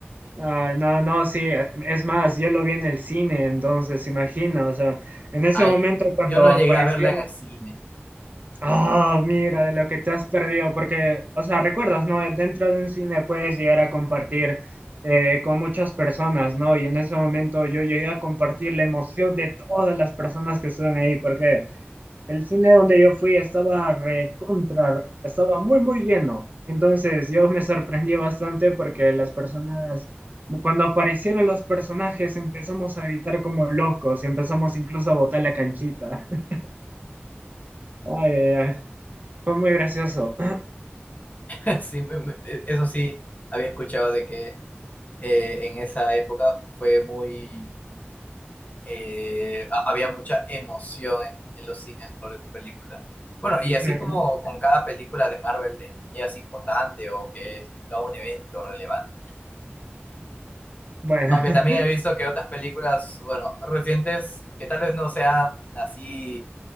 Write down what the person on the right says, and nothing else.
Ah, no, no, sí, eh, es más, yo lo vi en el cine, entonces imagina, o sea, en ese
momento cuando
apareciera
ah, mira, de lo que te has perdido, porque, o sea, recuerdas, ¿no? Dentro de un cine puedes llegar a compartir eh, con muchas personas, ¿no? Y en ese momento yo llegué a compartir la emoción de todas las personas que estaban ahí, porque el cine donde yo fui estaba recontra, estaba muy, muy lleno. Entonces yo me sorprendí bastante porque las personas, cuando aparecieron los personajes, empezamos a gritar como locos y empezamos incluso a botar la canchita. <laughs> Ay, ay, ay. Fue muy gracioso.
<laughs>
Bueno,
<laughs>